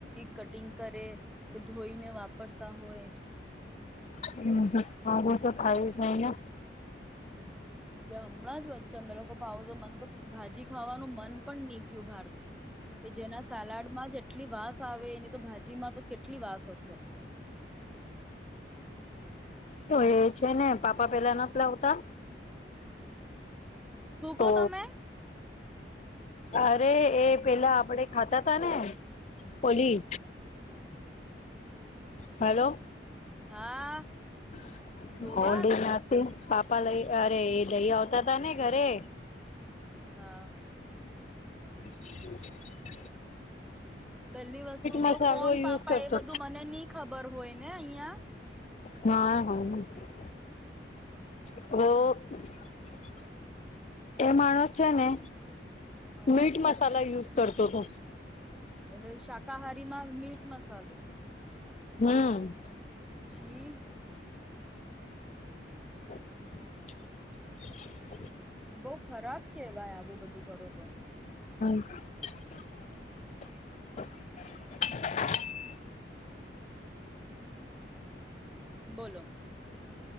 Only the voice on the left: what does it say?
હમ હ હા બું તો થાય જ નાય ને.
તો એ છે, ને પાપા પેલા નથી લાવતા.
તો
અરે એ પેલા આપડે ખાતા તા ને પોલી. હલો.
<inaudible> <unintelligible>
અરે એ લઈ
આવતા તા ને
ઘરે.
હમ.
મસાલો
યુઝ કરતો
હા હા <unintelligible> <unintelligible> એ માણસ છે, ને.
મીટ મસાલા યુઝ. <unintelligible> તોતો.
હમ.
<inaudible>
<inaudible> <unintelligible>